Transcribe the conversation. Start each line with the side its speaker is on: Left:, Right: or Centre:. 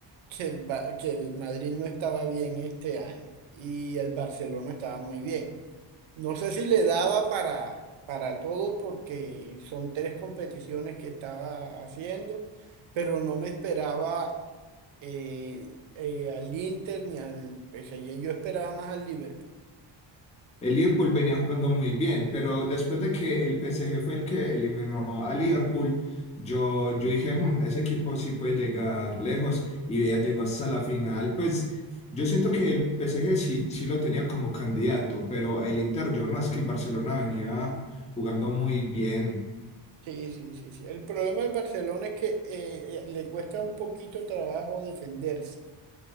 Right: que el, Ba- que el Madrid no estaba bien este año y el Barcelona estaba muy bien. No sé si le daba para, para todo porque son tres competiciones que estaba haciendo, pero no me esperaba. eh, eh, al Inter ni al PSG. Yo esperaba más al Liverpool.
Left: El Liverpool venía jugando muy bien, pero después de que el PSG fue el que eliminó a Liverpool, yo, yo dije, "Mm, ese equipo sí puede llegar lejos y ya llegó hasta la final. Pues yo siento que el PSG sí, sí lo tenía como candidato, pero el Inter yo no, es que el Barcelona venía jugando muy bien.
Right: Sí, sí, sí, sí. El problema del Barcelona es que eh, eh, le cuesta un poquito trabajo defenderse.